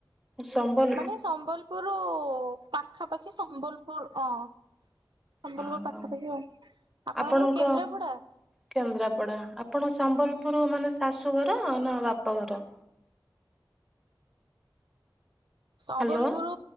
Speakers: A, in the centre; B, on the right (about 70°).
A: ସମ୍ବଲ୍
B: ମାନେ ସମ୍ବଲପୁର ପାଖାପାଖି ସମ୍ବଲପୁର ଅଁ। ସମ୍ବଲପୁର
A: ହଁ ହଁ
B: ପାଖାପାଖି ଆଉ, ଆପଣଙ୍କର
A: ଆପଣଙ୍କ
B: କେନ୍ଦ୍ରାପଡା?
A: କେନ୍ଦ୍ରାପଡା, ଆପଣ ସମ୍ବଲପୁର ମାନେ ଶାଶୁଘର ନା ବାପଘର?
B: ସମ୍ବଲପୁର
A: ହ୍ୟାଲୋ